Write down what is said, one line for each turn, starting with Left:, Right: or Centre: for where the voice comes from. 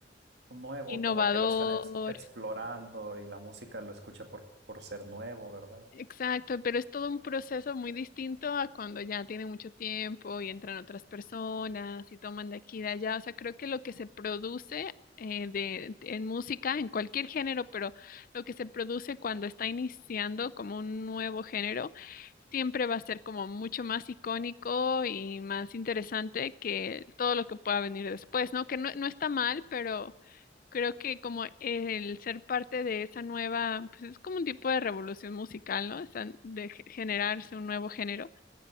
Right: nuevo,
Left: innovador,
Right: como que lo están ex- explorando y la música lo escucha por, por ser nuevo, ¿verdad?
Left: Exacto, pero es todo un proceso muy distinto a cuando ya tiene mucho tiempo y entran otras personas y toman de aquí y de allá. O sea, creo que lo que se produce eh, de, en música, en cualquier género, pero lo que se produce cuando está iniciando como un nuevo género, siempre va a ser como mucho más icónico y más interesante que todo lo que pueda venir después, ¿no? Que no, no está mal, pero... Creo que como el ser parte de esa nueva, pues es como un tipo de revolución musical, ¿no? Están de ge- generarse un nuevo género,